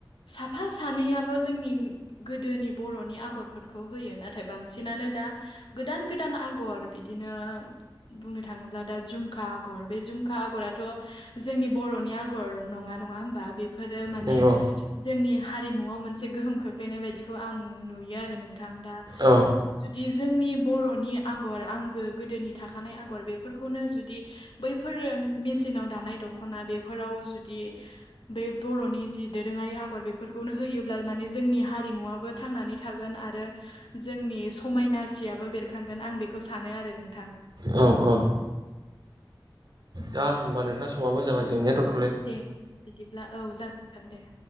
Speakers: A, on the left; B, on the right.
A: साफा सानैयाल' जोंनि गोदोनि बर'नि आगरफोरखौ होयो नाथाय बांसिनानो दा गोदान गोदान आगर बिदिनो बुंनो थाङोब्ला दा झुमखा आगर बे झुमखा आगराथ' जोंनि बर'नि आगर नङा नङा होमबा? बेफोरो माने
B: नंगौ
A: ने जोंनि हारिमुआव मोनसे गोहोम खोख्लैनाय बायदिखौ आं नुयो आरो नोंथां दा।
B: औ
A: जुदि जोंनि बर'नि आगर आंगो गोदोनि थाखानाय आगर बेफोरखौनो जुदि बैफोर मेचिनाव दानाय दखना बेफोराव जुदि बे बर'नि जि दोरोङारि आगर बेफोरखौनो होयोब्ला माने जोंनि हारिमुवाबो थांनानै थागोन आरो जोंनि समायनाथियाबो बेरखांगोन आं बेखौ सानो आरो नोंथां।
B: औ औ दा होनबा नोंथां समाबो जाबाय जोंनाया दोनथ'
A: दे बिदिब्ला औ जागोन नोंथां दे।